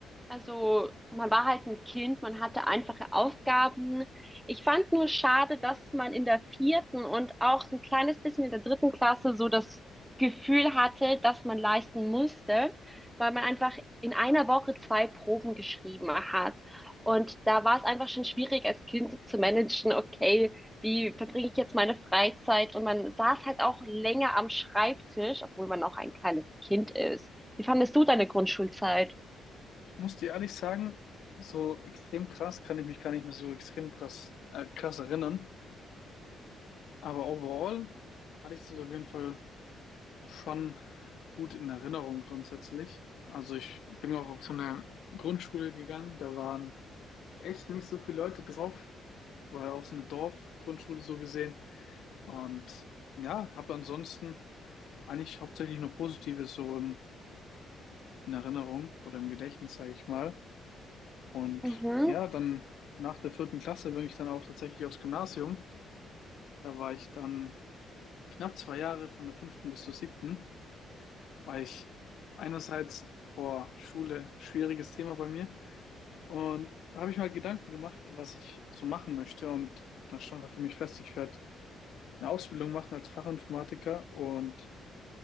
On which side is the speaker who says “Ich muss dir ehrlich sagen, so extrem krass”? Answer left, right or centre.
Left